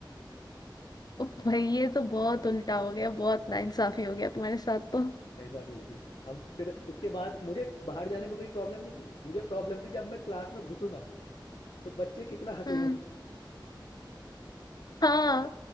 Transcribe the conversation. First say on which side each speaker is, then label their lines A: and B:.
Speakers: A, on the left (about 55°); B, on the left (about 75°).
A: ओ भाई ये तो बहुत उल्टा हो गया बहुत नाइंसाफी हो गया तुम्हारे साथ तो
B: ऐसा भी हुई थी अब फिर उसके बाद मुझे बाहर जाने में कोई प्रॉब्लम नहीं थी मुझे प्रॉब्लम थी जब मैं क्लास में घुसूंगा तो बच्चे कितना हंसेंगे
A: हम्म हाँ